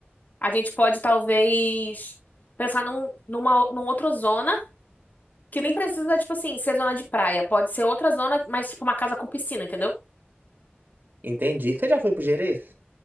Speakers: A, on the left; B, on the right.
A: a gente pode talvez pensar num, numa, num outra zona Que nem precisa, tipo assim, ser zona de praia. Pode ser outra zona, mas tipo uma casa com piscina, entendeu?
B: Entendi. Você já foi pro Gerês?